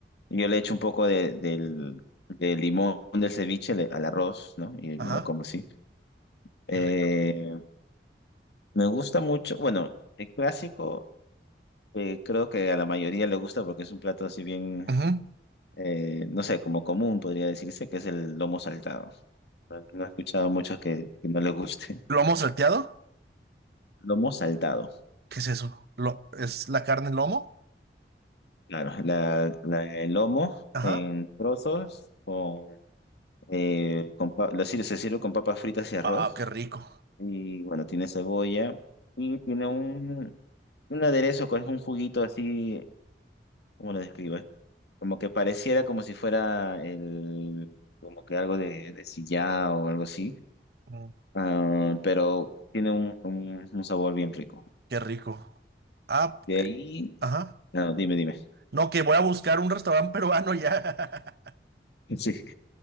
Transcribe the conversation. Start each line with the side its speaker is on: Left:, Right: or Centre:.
Left: y yo le echo un poco de, del, del limón del ceviche le- al arroz, ¿no? Y
Right: Ajá,
Left: me lo como así. Eh,
Right: qué rico.
Left: me gusta mucho, bueno, el clásico. Eh, creo que a la mayoría le gusta porque es un plato así bien,
Right: Ujú.
Left: eh, no sé, como común podría decirse, que es el lomo saltado. No, no he escuchado muchos que, que no les guste.
Right: ¿Lomo salteado?
Left: <laughs> Lomo saltado,
Right: ¿Qué es eso? Lo- ¿es la carne lomo?
Left: claro. La, la- el lomo
Right: Ajá.
Left: en trozos con, eh, con pa- lo sir- se sirve con papas fritas y arroz.
Right: Ah, qué rico.
Left: Y bueno, tiene cebolla y tiene un, un aderezo con un juguito así, ¿cómo lo describo? Como que pareciera como si fuera el, como que algo de, de sillao o algo así,
Right: Mm,
Left: ah, pero tiene un, un, un sabor bien rico.
Right: Qué rico. Ah,
Left: De
Right: eh,
Left: ahí,
Right: ajá.
Left: no, dime, dime.
Right: No, que voy a buscar un restaurante peruano ya.
Left: <laughs> Sí.